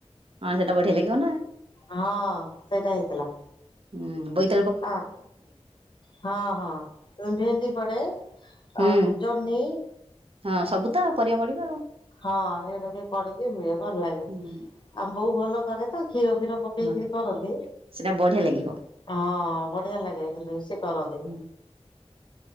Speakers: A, on the right (about 55°); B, on the left (about 45°).
A: ହଁ ସେଟା ବଢିଆ ଲାଗିବ ନାଁ।
B: ହଁଅ ସେଇଟା ହେଇଥିଲା।
A: ହୁଁ ବୋ
B: ଅଁ ହଁ ହଁ ଭେଣ୍ଡି ପଡେ
A: ହୁଁ
B: ଆଉ ଜହ୍ନିଇ
A: ହଁ ସବୁ ତ ପରିବା ପଡିବ ଆଉ।
B: ହଁ ଏଗରା ଟିକେ ପଢିକି ହୁଏ ଭଲ ଲାଗେ
A: ହୁଁ
B: ଆଉ ବୋଉ ଭଲ କରେ ତ କ୍ଷୀର ଫିର ପକେଇକିରି
A: ହଁ
B: କରନ୍ତି
A: ସେଟା ବଢିଆ ଲାଗିବ
B: ହଁ ବଢିଆ ଲାଗେ କିନ୍ତୁ ସେ କରନ୍ତି।
A: ହୁଁ